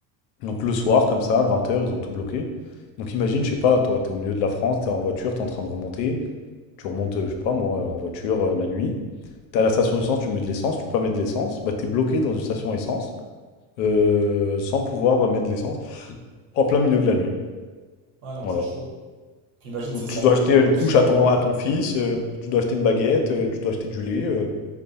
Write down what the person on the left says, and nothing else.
Donc le soir, comme ça, à 20 heures ils ont tout bloqué. Donc imagine, je sais pas, toi, t'es au milieu de la France, t'es en voiture, t'es en train de remonter. Tu remontes, euh, je sais pas moi, en voiture euh, la nuit. T'as la station essence, tu mets de l'essence, tu peux pas mettre de l'essence, bah t'es bloqué dans une station essence euh, sans pouvoir mettre de l'essence en plein milieu de la nuit.
Voilà.
Ou
tu
dois acheter
une couche à
ton, à ton fils, euh, tu dois acheter une baguette, euh, tu dois acheter du lait, euh,